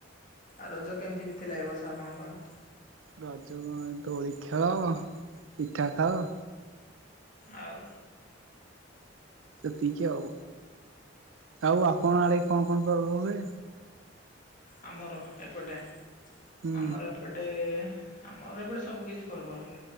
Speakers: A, on the left; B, on the right.
A: ଆଉ ରଜ କେମିତି ବିତିଲା ଏ ବର୍ଷ ଆପଣଙ୍କର?
B: ରଜ କଣ ଦୋଳି ଖେଳ ପିଠା ଖାଅ।
A: ଆଉ
B: ଏତିକି ଆଉ ଆଉ ଆପଣ ଆଡେ କଣ କଣ ପର୍ବ ହୁଏ?
A: ଆମର ଏପଟେ
B: ହୁଁ
A: ଆମର ଏପ ଏପଟେ ଆମର ଏପଟେ ସବୁ କିିଛି ପର୍ବ ହୁଏ।